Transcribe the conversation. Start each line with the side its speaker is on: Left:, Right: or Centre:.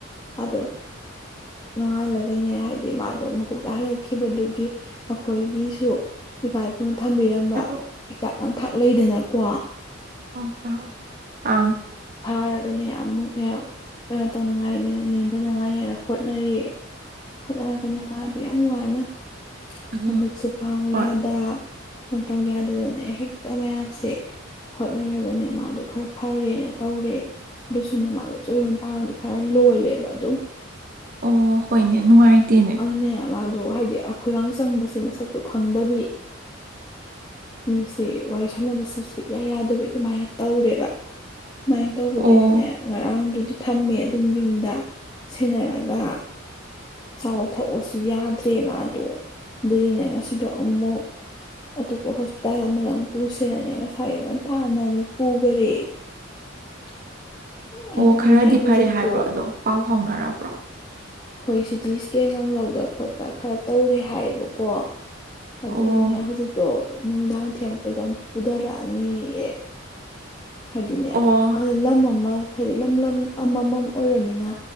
Left: ꯑꯗꯣ ꯅꯣꯡꯉꯥꯜꯂꯒꯅꯦ ꯍꯥꯏꯗꯤ ꯃꯥꯗꯣ ꯃꯀꯨꯞꯇ ꯍꯜꯂꯛꯈꯤꯕꯗꯨꯒꯤ ꯑꯩꯈꯣꯏꯒꯤꯁꯨ ꯏꯄꯥ ꯏꯄꯨꯅ ꯊꯝꯕꯤꯔꯝꯕ
Right: ꯍꯥꯏꯔꯛꯑꯣ
Left: ꯍꯤꯗꯥꯛ ꯂꯥꯡꯊꯛ ꯂꯩꯗꯅꯀꯣ
Right: ꯑꯣ ꯑ ꯑ
Left: ꯐꯥꯔ ꯒꯅꯦ ꯑꯃꯨꯛꯅꯦ ꯀꯩꯅꯣ ꯇꯧꯅꯉꯥꯏꯅꯦꯅ ꯅꯦꯝꯊꯅꯉꯥꯏꯅꯦꯔꯣ ꯍꯣꯠꯅꯔꯤꯌꯦ ꯍꯣꯠꯅꯔꯒꯅꯤ ꯃꯥꯗ ꯌꯥꯝ ꯋꯥꯅ
Right: ꯑꯪ
Left: ꯑꯃꯤꯠꯁꯨ ꯄꯥꯡꯎ
Right: ꯍꯣꯏ
Left: ꯌꯥꯗ ꯀꯩꯅ ꯇꯧ ꯌꯥꯗꯗꯅ ꯍꯦꯛꯇ ꯃꯌꯥꯝꯁꯦ ꯍꯣꯠꯅꯔꯒꯅꯦ ꯃꯥꯗꯣ ꯈꯔ ꯐꯔꯦꯅ ꯇꯧꯔꯦ ꯑꯗꯨꯗ ꯁꯤꯅꯦꯃꯥꯗꯣꯁꯨꯔꯣꯟꯝꯄꯥꯔꯣꯟꯗꯤ ꯈꯔ ꯂꯣꯜꯂꯦꯕ ꯑꯗꯨꯝ
Right: ꯑꯣ ꯍꯣꯏꯅꯦ ꯅꯨꯡꯉꯥꯏꯇꯦꯅꯦ
Left: ꯑꯗꯨꯅꯦ ꯃꯥꯗꯣ ꯍꯥꯏꯗꯤ ꯑꯩꯈꯣꯏꯒꯥꯡ ꯆꯪꯕꯁꯤ ꯃꯁꯛꯇꯨ ꯈꯪꯗꯕꯤ ꯃꯤꯁꯦ ꯋꯥꯔꯤ ꯁꯥꯟꯅꯕꯁꯤ ꯁꯨꯌꯥ ꯌꯥꯗꯕꯤ ꯑꯗꯨꯃꯥꯏꯅ ꯇꯧꯔꯦꯕ ꯁꯨꯃꯥꯏꯅ ꯇꯧꯕꯗꯩꯗꯤꯅꯦ
Right: ꯑꯣ
Left: ꯉꯔꯥꯡꯗꯨꯗꯤ ꯊꯝꯃꯦ ꯑꯗꯨꯝ ꯌꯨꯝꯗ ꯁꯦꯟꯅꯔꯒ ꯆꯕ ꯊꯛꯑꯁꯨ ꯌꯥꯗ꯭ꯔꯦ ꯃꯥꯗꯣ ꯑꯗꯨꯏꯗꯤꯅꯦ ꯉꯁꯤꯗꯣ ꯑꯃꯨꯛ ꯑꯇꯣꯞꯄ ꯍꯣꯁꯄꯤꯇꯥꯜ ꯑꯃꯗ ꯑꯃꯨꯛ ꯄꯨꯁꯦꯅꯅꯦ ꯉꯁꯥꯏ ꯉꯟꯇꯥꯅ ꯑꯃꯨꯛ ꯄꯨꯈꯔꯦ <unintelligible>
Right: ꯑꯣ
Left: ꯑꯗꯨꯒꯅꯦ
Right: ꯈꯔꯗꯤ
Left: ꯍꯧꯖꯤꯛꯇꯣ
Right: ꯐꯔꯦ ꯍꯥꯏꯕ꯭ꯔꯣ ꯑꯗꯣ ꯄꯥꯎ ꯍꯧꯥꯎꯅꯔꯕ꯭ꯔꯣ
Left: ꯍꯣꯏ ꯁꯤꯗꯤ ꯏꯁꯀꯦꯟꯒꯥꯡꯍꯧꯗ ꯈꯣꯠꯇ ꯈꯔ ꯇꯧꯔꯦ ꯍꯥꯏꯌꯦꯕꯀꯣ ꯑꯗꯨꯒꯅꯦ
Right: ꯑꯣ
Left: ꯍꯧꯖꯤꯛꯇꯣ ꯅꯨꯡꯗꯥꯡ ꯊꯦꯡꯛꯄꯩꯗꯨꯛ ꯄꯨꯊꯔꯛꯑꯅꯤꯑ ꯍꯥꯏꯗꯤꯅꯦ
Right: ꯑꯣ
Left: ꯂꯝ ꯑꯃ ꯍꯥꯏꯗꯤ ꯂꯝ ꯂꯝ ꯑꯃꯃꯝ ꯑꯣꯏꯔꯝꯃꯤꯅ